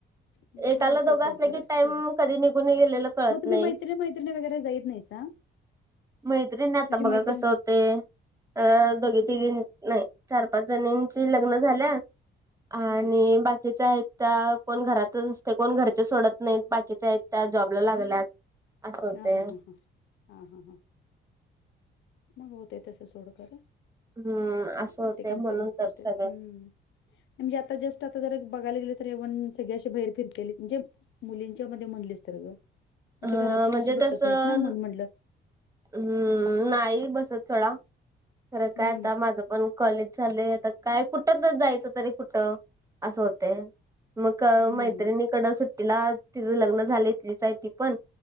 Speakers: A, on the left; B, on the right.
A: ते
B: एकाला
A: होतय
B: दोघं
A: सोड
B: असलं
A: खरं
B: की, टाईम
A: सोबत
B: कधी निघून गेलेला कळत
A: मग तुम्ही
B: नाही.
A: मैत्री मैत्रिणी वगैरे जाईत नाहीसा
B: मैत्रिणी आता
A: तुझी
B: बघा
A: मैत्रीण
B: कसं होतंय अ दोघी, तिघी नाही चार, पाच जणींची लग्न झाल्यात. आणि
A: हा
B: बाकीच्या आहेत त्या कोण घरातच असतय कोण घरचे सोडत नाहीत. बाकीच्या आहेत त्या जॉबला लागल्यात. असं होतंय.
A: हा हा हा हा हा हा हां मग होतंय तसं सोड खरं
B: हम्म असं
A: प्रत्येकांच
B: होतय म्हणून
A: वर
B: तर
A: पडत
B: सगळं
A: हम्म म्हणजे आता जस्ट आता जर बघायला गेले तर एवन सगळे असे बाहेर फिरतेली म्हणजे, मुलींच्या मध्ये म्हणलेस तर ग
B: अ
A: असे घरात कोण
B: म्हणजे
A: अस बसत
B: तसं
A: नाहीत ना म्हणून म्हणलं
B: हम्म नाही बसत सोडा खरं काय
A: हम्म
B: आता माझं पण कॉलेज झालंय आता काय कुठं जायचं तरी कुठं असं होतंय. मग
A: हम्म
B: मैत्रिणीकड सुट्टीला तिझ लग्न झालंय इतलीच आहे ती पण.